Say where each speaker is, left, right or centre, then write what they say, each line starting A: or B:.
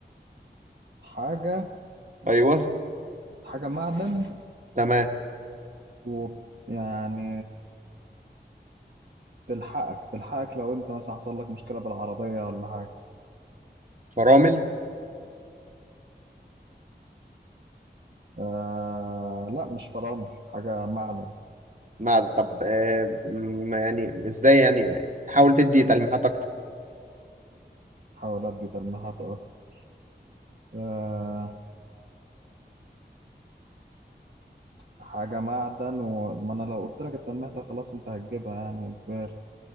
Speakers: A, on the right (about 65°); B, on the right (about 45°).
A: حاجة
B: ايوه
A: حاجة معدن
B: تمام
A: و يعني تلحقك تلحقك لو انت مثلا حصل لك مشكلة بالعربية ولا حاجة
B: فرامل
A: آه لا مش فرامل حاجة معدن
B: معدن طب آه م- يعني ازاي يعني حاول تدي تلميحات اكتر
A: حاول ادي تلميحات اكتر آه حاجة معدن وما أنا لو قلت لك التلميح ده خلاص أنت هتجيبها يعني إجباري